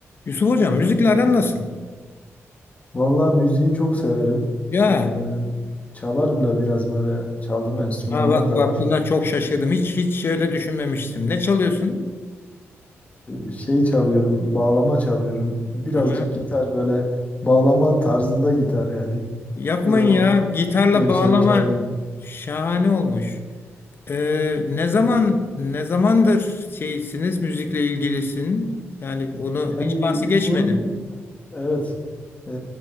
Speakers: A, on the left; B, on the left.
A: Yusuf Hocam müzikle aran nasıl?
B: Vallahi müziği çok severim.
A: Ya,
B: Ee, çalarım da biraz böyle çaldığım enstrümanlar
A: ha bak
B: da
A: bak
B: var.
A: buna çok şaşırdım. Hiç hiç öyle düşünmemiştim. Ne çalıyorsun?
B: Ee, şey çalıyorum, bağlama çalıyorum. Birazcık
A: Ha,
B: gitar böyle bağlama tarzında gitar yani.
A: yapmayın
B: Böyle
A: ya.
B: o
A: Gitarla
B: gençlerin
A: bağlama
B: çaldığı. gibi.
A: şahane olmuş. Ee, ne zaman
B: Ee,
A: ne zamandır şeysiniz müzikle ilgilisin? Yani onu
B: yani
A: hiç bahsi geçmedim.
B: bunun evet. Ee,